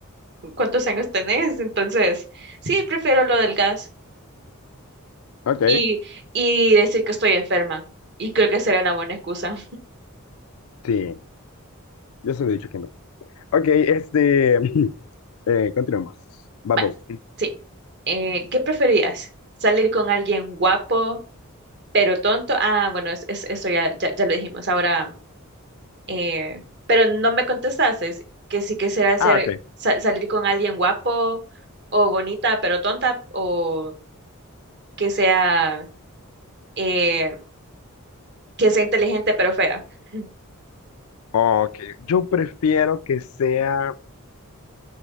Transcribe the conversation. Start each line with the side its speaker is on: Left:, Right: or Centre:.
Right: ¿cuántos años tenés? Entonces, sí, prefiero lo del gas
Left: Ok.
Right: y, y decir que estoy enferma. Y creo que será una buena excusa.
Left: Sí, yo se lo he dicho, Kimberly. Ok, este, <laughs> eh, continuemos.
Right: <laughs>
Left: Vamos.
Right: Vale, sí. Eh, ¿qué preferías? ¿Salir con alguien guapo pero tonto? Ah, bueno, es- es- eso ya, ya, ya lo dijimos. Ahora... eh, pero no me contestaste que si quisiera hacer,
Left: Ah, ok.
Right: sa- salir con alguien guapo o bonita pero tonta o que sea, eh, que sea inteligente pero fea. <laughs>
Left: Ok, yo prefiero que sea...